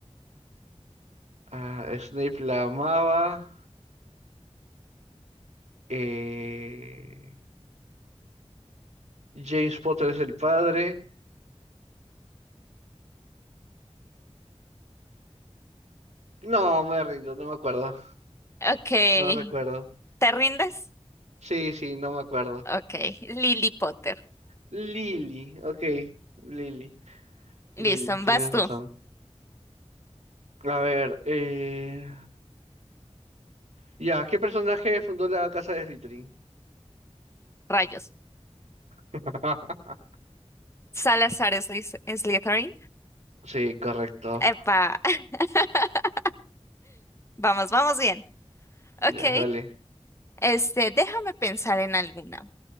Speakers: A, on the right; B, on the left.
A: Ah, Snape la amaba. Eh, James Potter es el padre. No, me rindo, no me acuerdo.
B: Ok.
A: No recuerdo.
B: ¿Te rindes?
A: Sí, sí, no me acuerdo.
B: Ok. Lily Potter.
A: Lily, ok. Lily,
B: Listo,
A: Lily, tienes
B: vas tú.
A: razón. A ver, eh... ya, ¿qué personaje fundó la casa de Slytherin?
B: Rayos.
A: <laughs>
B: Salazar Slyth- Slytherin.
A: Sí, correcto.
B: Epa. <laughs> Vamos, vamos bien.
A: Ya,
B: Ok.
A: dale.
B: Este, déjame pensar en alguna.